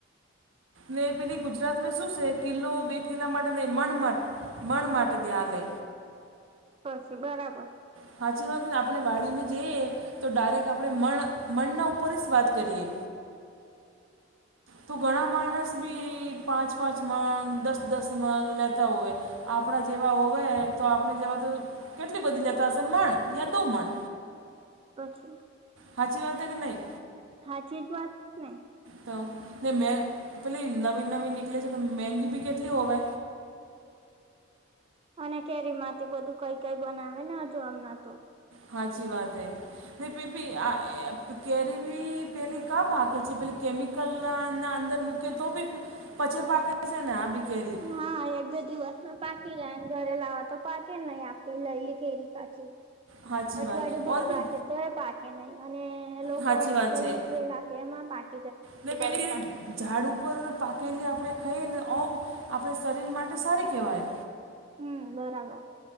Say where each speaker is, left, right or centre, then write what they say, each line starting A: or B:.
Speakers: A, on the right; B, on the right.
A: ને પેલી ગુજરાતમાં શું છે? કિલ્લો બે કિલ્લા માટે મણ મણ મલ માટે દ્યા લે
B: પછી બરાબર
A: સાાચી વાત ને આપણે વાડી મે જઈએ. તો ડાયરેક્ટ આપણે મનના ઉપર જ વાત કરીએ, તો ઘણા માણસ બી પાંચ પાંચ મણ દસ દસ મણ લેતા હોય. આપણા જેવા હોવે તો આપણે જેવા તો કેટલી બધી લે <unintelligible> યા દો માન
B: પછી
A: સાચી વાત કે નહીં
B: હાચી જ વાત ને
A: તો ને મે પેલી નવી નવી નીકળે છે, તો મેગી ભી કેટલી હોવે
B: અને કેરી માંથી બધું કઈ કઈ બનાવે ને હજુ આમના તો
A: હાચી વાત હૈ, <unintelligible> પી કેરી પેલી કા પાકે છે પેલી કેમિકલ ના અંદર કે તો ભી પછે પાકે છે ને આભી કેરી
B: હા, એક બે દિવસમાં પાકી જાય ને ઘરે લાવે તો પાકે નહી આપે લઈ ઈ કેરી કાચી
A: સાચી
B: અઠવાડિયું
A: વાત
B: ભર
A: ઓર બી
B: રાખે તો એ પાકે નહીં અને એ લોકો
A: સાચી વાત
B: કઈ
A: છે
B: લિક્વિડ રાખે એમાં પાકે
A: <unintelligible> ઝાડ ઉપર પાકેલી આપણે ખાઈ ને ઓ આપણે શરીર માટે સારી કહેવાય.
B: હમ્મ, બરાબર